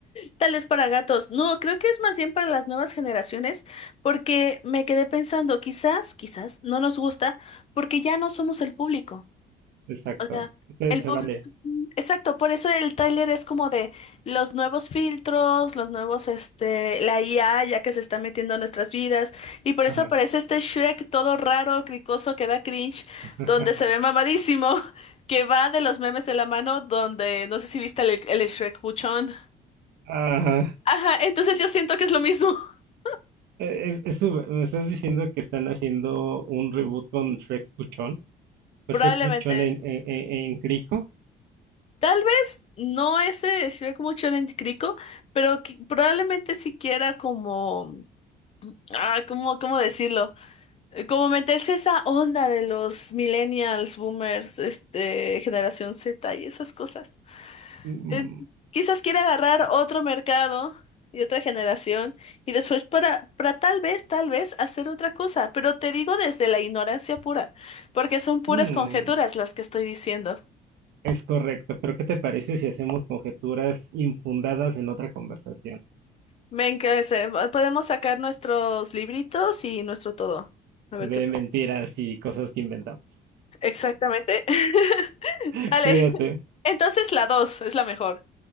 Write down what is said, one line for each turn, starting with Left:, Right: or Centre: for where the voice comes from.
Left: Tal es para gatos. No, creo que es más bien para las nuevas generaciones, porque me quedé pensando, quizás, quizás no nos gusta, porque ya no somos el público.
Right: Exacto,
Left: O sea,
Right: se,
Left: el
Right: se
Left: público.
Right: vale.
Left: Exacto, por eso el tráiler es como de los nuevos filtros, los nuevos, este, la IA ya que se está metiendo a nuestras vidas, y por eso
Right: Ajá.
Left: aparece este Shrek todo raro, cricoso, que da cringe,
Right: <laughs>
Left: donde se ve mamadísimo, <laughs> que va de los memes de la mano, donde no sé si viste el, el Shrek buchón.
Right: Ajá.
Left: Ajá, entonces yo siento que es lo mismo, <laughs>
Right: Eh, Es, es su- me estás diciendo que están haciendo un reboot con Shrek Puchón, con
Left: probablemente.
Right: Shrek Puchón en, en, en- en Crico.
Left: Tal vez no ese Shrek mucho en Crico, pero qui- probablemente siquiera como, ah, ¿cómo, cómo decirlo? Eh, Como meterse esa onda de los millennials, boomers, este, generación Z y esas cosas.
Right: Mm,
Left: eh, quizás quiera agarrar otro mercado y otra generación y después para, para tal vez, tal vez hacer otra cosa, pero te digo desde la ignorancia pura, porque son puras
Right: mm,
Left: conjeturas las que estoy diciendo.
Right: es correcto, pero ¿qué te parece si hacemos conjeturas infundadas en otra conversación?
Left: Me encarece, podemos sacar nuestros libritos y nuestro todo. A ver
Right: De
Left: qué pasa.
Right: mentiras y cosas que inventamos.
Left: Exactamente. <laughs>
Right: <laughs>
Left: Sale.
Right: Cuídate.
Left: Entonces la dos es la mejor.